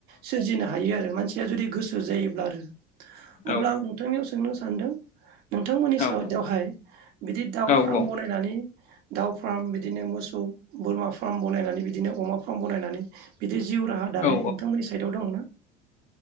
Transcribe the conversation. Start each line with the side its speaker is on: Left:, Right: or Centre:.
Right: सोरजिनो हायो आरो मानसिया जुदि गोसो जायोब्ला आरो
Left: औ
Right: अब्ला आं नोंथांनियाव सोंनो सानदों नोंथांमोननि
Left: औ
Right: साइदावहाय बिदि दाउ
Left: औ
Right: फ्राम बनायनानै दाउ फ्राम बिदिनो मोसौ बोरमा फ्राम बनायनानै बिदिनो अमा फ्राम बनायनानै बिदि जि जिउ राहा दानाय
Left: औ
Right: नोंथांमोननि साइदाव दं ना?